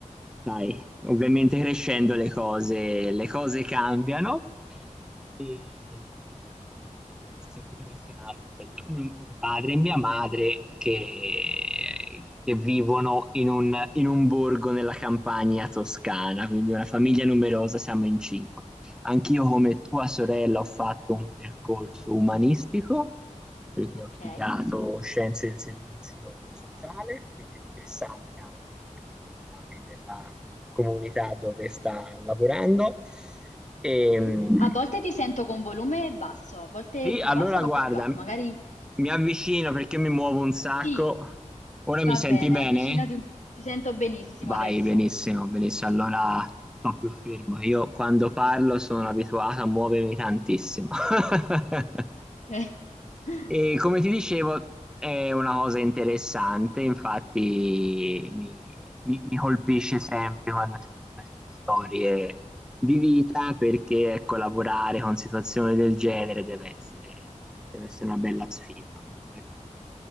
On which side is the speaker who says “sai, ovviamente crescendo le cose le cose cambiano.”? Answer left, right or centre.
Centre